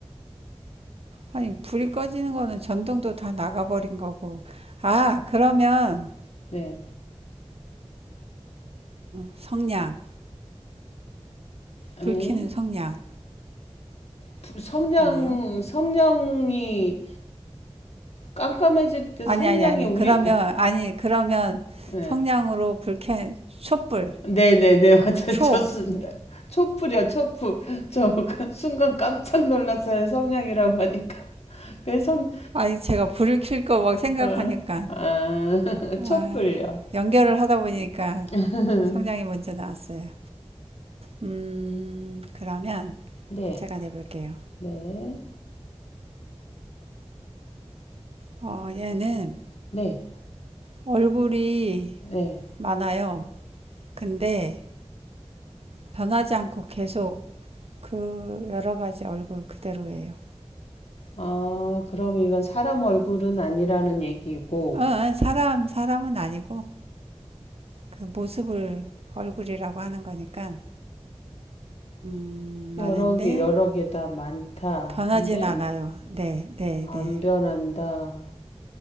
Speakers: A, on the right; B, on the left.
A: 아니, 불이 꺼지는 거는 전등도 다 나가버린 거고. 아, 그러면
B: 네.
A: 성냥, 불키는
B: 에이?
A: 성냥
B: 부- 성냥
A: 아니에요?
B: 성냥이 깜깜해질 때
A: 아니
B: 성냥이
A: 아니 아니
B: 우리
A: 그러면 아니 그러면
B: 네.
A: 성냥으로 불켜 촛불
B: 네네네 <laughs> 맞아
A: 초
B: 좋습니다. 촛불이야 촛불 저 그 순간 깜짝 놀랐어요 성냥이라고 하니까 왼손
A: 아니 제가 불을 켤 거 막 생각하니까
B: 어. 아, <laughs>
A: 아,
B: 촛불요.
A: 연결을 하다 보니까
B: <laughs>
A: 성냥이 먼저 나왔어요. 음 그러면
B: 네,
A: 제가 내볼게요.
B: 네,
A: 어, 얘는
B: 네,
A: 얼굴이
B: 네.
A: 많아요. 근데 변하지 않고 계속 그 여러 가지 얼굴 그대로예요.
B: 아, 그럼 이건 사람 얼굴은 아니라는 얘기고
A: 어, 사람 사람은 아니고 그 모습을 얼굴이라고 하는 거니까 음,
B: 모습을 여러
A: 많은데
B: 개 여러 개 다 많다.
A: 변하진
B: 근데
A: 않아요. 네, 네,
B: 안
A: 네,
B: 변한다.